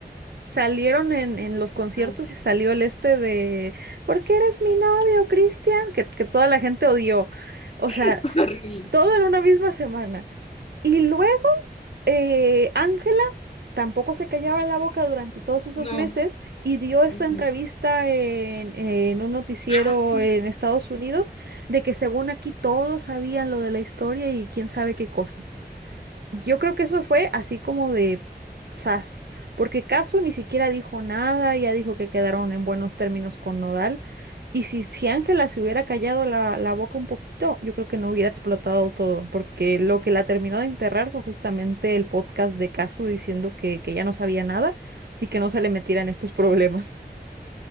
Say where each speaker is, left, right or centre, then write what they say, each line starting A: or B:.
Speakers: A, on the right; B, on the left.
A: Salieron en, en los conciertos
B: Ah,
A: y salió el este de, ¿por qué eres mi novio, Cristian? Que, que toda la gente odió. O
B: sí.
A: sea,
B: <laughs> Horrible.
A: todo en una misma semana. Y luego eh, Ángela tampoco se callaba la boca durante todos esos
B: No.
A: meses y dio esta
B: Ujú.
A: entrevista en, en un noticiero
B: Ah, sí.
A: en Estados Unidos de que según aquí todos sabían lo de la historia y quién sabe qué cosa. Yo creo que eso fue así como de sas, porque Casu ni siquiera dijo nada, ya dijo que quedaron en buenos términos con Nodal y si, si Ángela se hubiera callado la, la boca un poquito, yo creo que no hubiera explotado todo, porque lo que la terminó de enterrar fue justamente el podcast de Casu diciendo que, que ya no sabía nada y que no se le metiera en estos problemas.